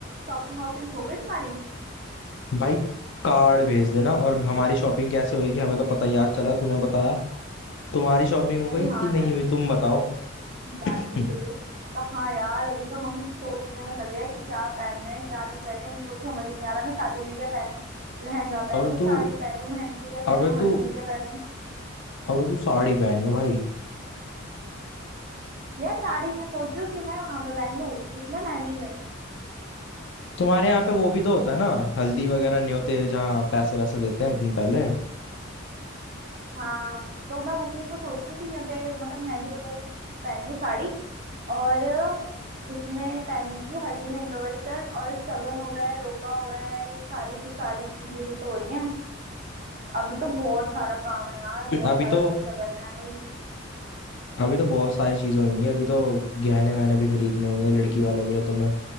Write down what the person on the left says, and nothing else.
भाई कार्ड भेज देना और हमारी शॉपिंग कैसे होगी हमें तो पता याद चला तूने बताया तुम्हारी शॉपिंग हो
गई
कि नहीं
हुई तुम बताओ
<clears throat>
हम्म,
अबे
तू
अबे तू
अबे तू साड़ी पहनियो भाई
तुम्हारे यहाँ पे वो भी तो होता है ना हल्दी वगैरह न्योतेर जहाँ पैसे वैसे देते हैं एक दिन पहले
अभी
तो
अभी तो बहुत सारी चीजें होंगी अभी तो गहने वहने भी खरीदने होंगे लड़की वालों के लिए तुम्हें